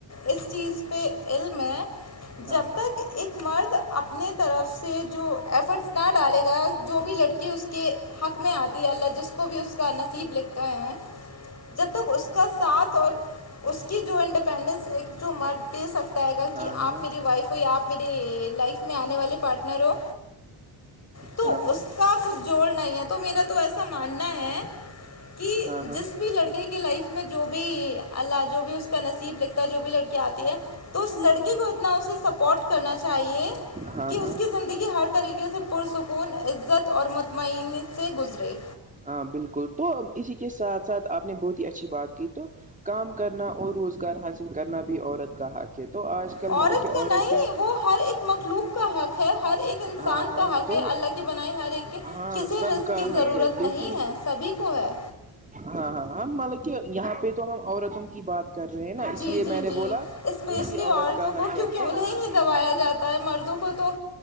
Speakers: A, on the left (about 35°); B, on the right (about 15°).
A: اس چیز پہ علم ہے جب
B: ہاں
A: تک ایک مرد اپنے طرف سے جو ایفرٹس نہ ڈالے گا جو بھی لڑکی اس کے حق میں آتی ہے اللہ جس وہ بھی اس کا نصیب لکھتا ہے جب تک اس کا ساتھ اور اس کی جو انڈیپنڈنس ایک جو مرد دے سکتا ہے گا
B: ہاں
A: کہ
B: ہاں
A: آپ میری وائف ہو یا آپ میری لائف میں آنے والے پاٹنر ہو تو
B: ہاں ہاں
A: اس کا کچھ جوڑنا ہی ہے تو میرا تو ایسا ماننا ہے کہ
B: ہاں ہاں
A: جس بھی لڑکے کی لائف میں جو بھی ال جو بھی اس کا نصیب لگتا ہے جو بھی لک آتی ہے تو اس لڑکے کو اتنا اسے سپورٹ کرنا چاہیے
B: ہاں
A: کہ
B: ہاں
A: اس کی زندگی ہر طریقے سے پرسکون عزت اور مطمئن سے گزرے
B: ہاں بالکل تو اسی کے ساتھ ساتھ آپ نے بہت ہی اچھی بات کی تو کام کرنا اور روزگار حاصل کرنا بھی عورت کا حق ہے کہ تو آج کل
A: عورت
B: مطلب کہ عورتیں
A: کا نہیں ہے وہ ہر ایک مخلوق کا حق ہے ہر ایک انسان
B: ہاں ہاں
A: کا حق
B: تو
A: ہے الگ بنائی ہر ایک
B: ہاں
A: کسی
B: سب
A: رسک
B: کا
A: کی ضرورت
B: حق ہے لیکن
A: نہیں ہے سبھی کو ہے
B: ہاں ہاں ہم مطلب کہ یہاں پہ تو ہم عورتوں کی بات کر رہے ہیں نا اس
A: جی
B: لیے
A: جی
B: میں نے
A: جی
B: بولا
A: اسپیشلی
B: وہ بھی عورت
A: عورتوں
B: کا
A: کو
B: حق
A: کیونکہ
B: ہے تو
A: انہیں ہی دبایا جاتا ہوتا ہے مردوں کو تو